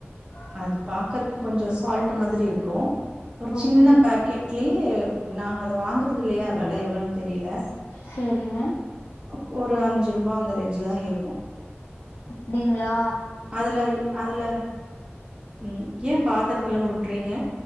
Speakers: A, on the left; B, on the right.
A: ஆஹ்
B: அது பாக்கறதுக்கு கொஞ்சோ சால்ட் மாதிரி இருக்கு ஒரு
A: ஓகே
B: சின்ன பேக்கெட் லியே நாங்க அத வாங்கறது இல்லையா விலை எவ்வளவுனு தெரியல
A: சேரிங்க
B: அப் ஒரு அஞ்சு ருபா அந்த ரேஞ்ச்ல தா இருக்கு
A: அப்டிங்களா
B: அதுல வை அதுல ம் ஏன் பாத்திரத்துல உருட்டுறீங்க